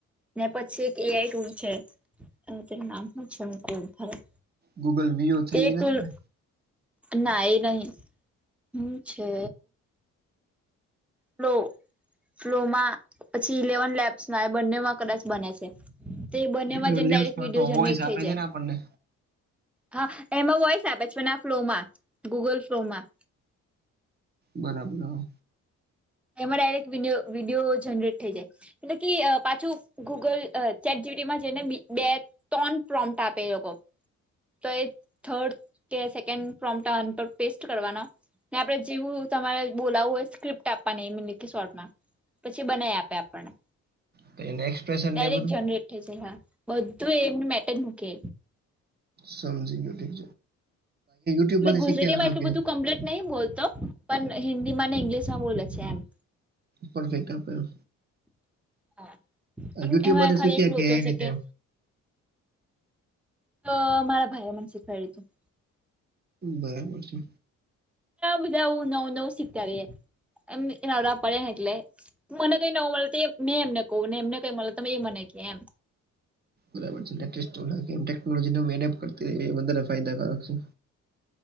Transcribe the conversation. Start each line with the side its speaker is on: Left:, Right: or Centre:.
Centre: ને પછી એક એ આઈ ટુલ છે હવે તેનું નામ હ છે <unintelligible>
Right: ગૂગલ વિયો થ્રી
Centre: તે
Right: એ
Centre: ટૂલ
Right: નથી ને
Centre: ના એ નહી હમ છે. ફ્લો ફ્લોમાં પછી ઇલેવન લેબ્સમાં એ બંનેમાં કદાચ બને છે. તો એ બંનેમાં
Right: એટલે
Centre: જને ડાયરેક્ટ
Right: લેબ્સમાં
Centre: વિડીયો
Right: તો
Centre: જનરેટ
Right: વોઇસ
Centre: થઈ
Right: આપે
Centre: જાય
Right: છે ને આપણને
Centre: હા એમાં વોઇસ આપે છે ને આ ફ્લો માં ગુગલ ફ્લો માં
Right: બરાબર
Centre: એમાં ડાયરેક્ટ વિડિઓ વિડીયો જનરેટ થઈ જાય એટલે કે પાછું ગૂગલ ચેટજીપેટી જઈને બે ત્રણ <unintelligible> આપે એ લોકો તો એ થર્ડ કે સેકન્ડ ફોમટાન પર પેસ્ટ કરવાના ને આપડણે જેવું તમારે બોલાવવું હોય સ્ક્ર્રીપ્ટ આપ અને લખી શોર્ટમાં પછી બનાવી આપે આપણને
Right: તો એને એક્સપ્રેશન
Centre: ડાયરેક્ટ
Right: ને એ બધું
Centre: જનરેટ થઈ જાય હા બધું એમનું મેટ મૂકે
Right: સમજી ગયો ઠીક છે <unintelligible>
Centre: મેમે ગુજરાતી
Right: શીખ્યા હશો
Centre: માં એટલું
Right: કે
Centre: બધું કમ્પ્લીટ નહી બોલતો પણ હિન્દી ઇંગ્લિશમાં બોલે છે એમ
Right: પરફેક્ટ આપ્યો
Centre: હા પણ
Right: યુટ્યુબ
Centre: એમાં
Right: માંથી
Centre: ખાલી
Right: શીખ્યા
Centre: એકલું
Right: કે
Centre: <unintelligible>
Right: એ રીતે
Centre: તો મારા ભાઈલા મને શીખવા્યું હતું
Right: બરાબર છે.
Centre: બધા એવું નવું નવું શીખતા રએ એમ એ આવા પડે ને એટલે મને કઈ નવુ મલે તો એ મેં એમને કહું ને એમને કઈ મલે ત એ મને ક એમ
Right: બરાબર છે. <unintelligible> ટેકનોલોજીને વેડફ કરતી વધારે ફાયદાકારક છે.